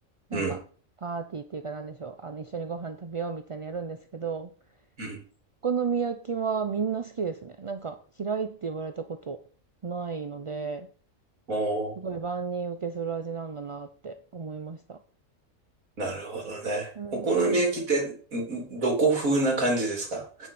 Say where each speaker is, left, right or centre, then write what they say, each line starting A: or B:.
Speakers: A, on the right (about 45°); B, on the right (about 85°).
A: なんか、
B: うん、
A: パーティーっていうかなんでしょう。あの、一緒にご飯食べようみたいにやるんですけど、
B: うん。
A: お好み焼きはみんな好きですね。なんか、嫌いって言われたことないので、
B: おー、
A: すごい万人受けする味なんだなって思いました。
B: なるほどね。
A: うんうん。
B: お好み焼きって、んどこ風な感じですか